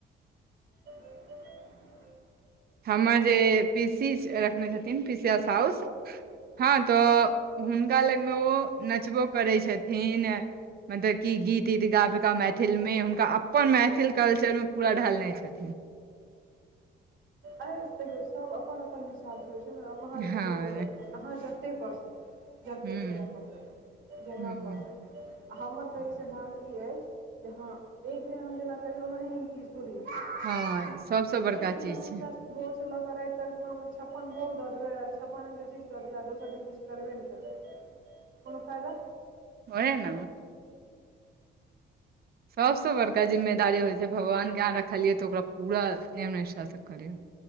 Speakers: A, on the right; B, on the right.
A: <inaudible>
B: हमर जे पी सी रखने छथिन पीसीया साउस हँ तऽ हुनका लग मे ओ नचबो करै छथिन मतब की गीत ईीत गाब कऽ मैथिलमे हुनका अप अपन मैथिल कल्चरमे पूरा ढालने छथिन
A: अरे तै सब अपन अपन हिसाब सँ होइ छै न अहाँ
B: हँ
A: देखियौ अहाँ जते कऽ सकी जतेक
B: हूँ
A: पूजा कऽ सकी जेना
B: हूँ
A: कऽ सकी आ हमर कहैै सिद्धानंत ई अछि जे हँ एक दिन हम जेना कहियो ओनाहि हम कि छोड़ि
B: हँ
A: <unintelligible>
B: सभसँ
A: आब
B: बड़का
A: एक
B: चीज
A: दिन ला हम
B: छै
A: भोर स लऽ क राति तक छप्पन भोग द देबै छप्पन रंग के चीज कऽ देबै आ दोसर दिन किछ करबे नै करबै कोनो फायदा
B: ओहे न सबसँ बड़का जिम्मेदारी होइ छै भगवान के अहाँ रखलियै तऽ ओकरा पूरा नियम निष्ठा सँ करियौ